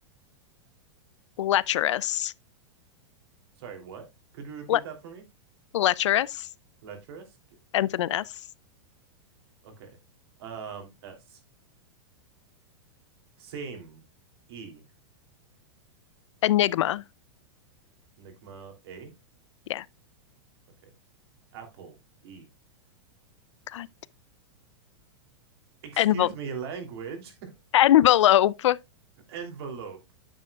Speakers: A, on the left (about 80°); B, on the right (about 60°).
A: Lecherous.
B: Sorry, what? Could you repeat
A: Le
B: that for me?
A: lecherous.
B: Lecherous.
A: ends in an S.
B: Okay. Um, S. Same, E.
A: Enigma.
B: Enigma, A.
A: Yeah.
B: Okay. Apple, E.
A: God.
B: Excuse
A: Envel-
B: me, language.
A: envelope.
B: <laughs> Envelope.